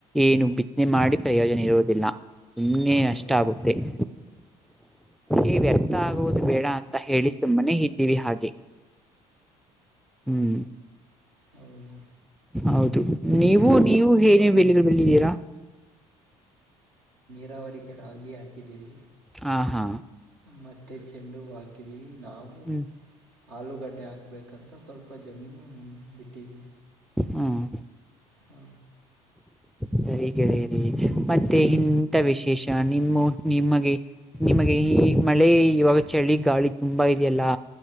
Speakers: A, in the centre; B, on the right.
A: ಏನು ಬಿ ಮಾಡಿ ಪ್ರಯೋಜನ ಇರುವುದಿಲ್ಲ ಸುಮ್ಮನೆ
B: ಹೌದೌದು
A: ನಷ್ಟ ಆಗುತ್ತೆ <inaudible> ೇ ವ್ಯರ್ಥ ಆಗುವುದು ಬೇಡ ಅಂತ ಹೇಳಿ ಸುಮ್ಮನೆ ಇದ್ದೀವಿ ಹಾಗೆ ಹ್ಮ್
B: ಹೌದಾ
A: ಹೌದು ನೀವು
B: ನಾವು
A: ನೀವು ಏನ
B: ಸ್ವ
A: ಬೆಳೆಗಳುಲ್ಲಿದ್ದೀರಾ
B: ರಾವರಿಗೆ ರಾಗಿ ಹಾಕಿದೀವಿ
A: ಹಾ ಹಾ
B: ಮತ್ತೆ ಚೆಂಡು ಹ ಹಾಕಿದೀವಿ ನಾವು
A: ಹ್ಮ್
B: ಆಲೂಗಡ್ಡೆ ಹಾಕ್ಬೇಕಂತ ಸ್ವಲ್ಪ ಪಾಜಮೀನು ಬಿಟ್ಟಿದೀವಿ
A: ಹ್ಮ್
B: ಹ
A: ಸರಿ ಗೆಳೆಯರಿ ಮತ್ತೆ
B: ಹ
A: ಇಂಥ ವಿಶೇಷ <inaudible> ನಿಮ್ಮ ನಿಮಗೆ ನಿಮಗೆ ಈ ಮಳೆ ಇವಾಗ ಚಳಿ ಗಾಳಿ ತುಂಬಾ ಇದೆಯಲ್ಲಾ